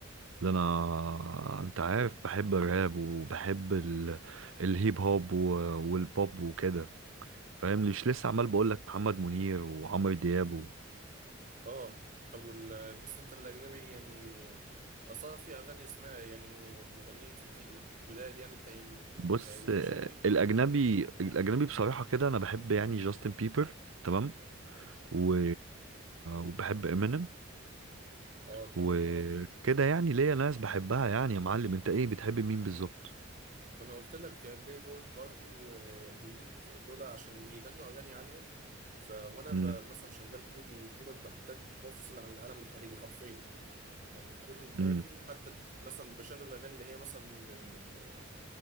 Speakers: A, on the right (about 80°); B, on the right (about 40°).
A: ده انا انت عارف بحب الراب وبحب ال... الهيب هوب و... والبوب وكده فاهم مش لسه عمال بقول لك محمد منير وعمرو دياب و...
B: اه طب وال... بس انت الاجنبي يعني اصلا في اغاني اسمها يعني م- مغنيين كتير جداد يعني انت يمكن
A: بص
B: ما تعجبكش
A: آه،
B: قوي
A: الاجنبي الاجنبي بصراحه كده انا بحب يعني جاستن بيبر تمام و... وبحب امينيم
B: اه طبعا
A: وكده
B: دايما
A: يعني ليا ناس بحبها يعني يا معلم انت ايه بتحب مين بالظبط
B: وانا قلت لك بلاي بوي كارتي و... ويت دول عشان بيغنوا اغاني عاليه ف وانا ب...
A: امم
B: مثلا شغال كودينج وكده بحتاج بفصل عن العالم الخارجي حرفيا يعني كل دماغي
A: امم.
B: حتى مثلا بشغل الاغاني اللي هي مثلا ال- ال-